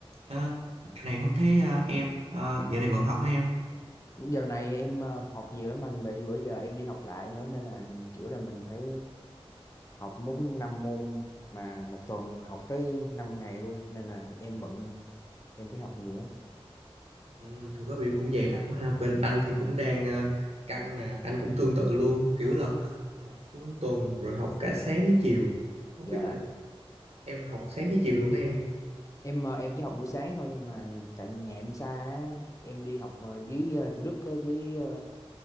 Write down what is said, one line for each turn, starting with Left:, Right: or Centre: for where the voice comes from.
Right: Ờ, dạo này không thấy ờ, em Ờ, dạo này bận học hả em?
Left: giờ này em ờ, học nhiều lắm anh vì bữa giờ em đi học lại nữa nên là kiểu là mình phải học muốn 5 môn mà một tuần học tới 5 ngày luôn nên là em bận em phải học nhiều lắm.
Right: Ừ, thực ra bị cũng dày đặc quá ha. Bên anh thì cũng đang ờ, căng nè, anh cũng tương tự luôn, kiểu là học full tuần rồi học cả sáng với chiều. Không
Left: Dạ.
Right: biết là em học sáng với chiều luôn hả em?
Left: Em ờ, em chỉ học buổi sáng thôi nhưng mà tại nhà em xa á, em đi học ờ, dưới ờ, Thủ Đức á, dưới ờ,